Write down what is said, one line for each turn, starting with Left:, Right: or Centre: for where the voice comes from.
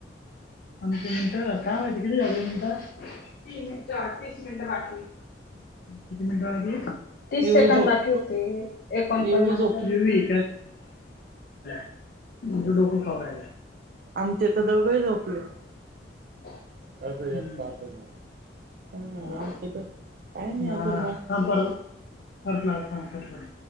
Left: आमची मिनिटं काय माहिती किती झाली मिनिट तीन चार तीस मिनिट बाकी किती मिनिट बाकी तीस
Right: येवी
Left: सेकंड
Right: झोप
Left: बाकी होते एकोणपन्नास
Right: येवी झोप
Left: झाले <unintelligible> तुमचं डोकं खाऊ राहिलाय.
Right: आमचे तर दोघंही झोपले.
Left: <inaudible>
Right: कायत एक
Left: हम्म
Right: पाहतो म ह
Left: झालं
Right: आमच तर काय नाय
Left: ना
Right: अजून ममग
Left: थांब परत परत लाव थांब कट करून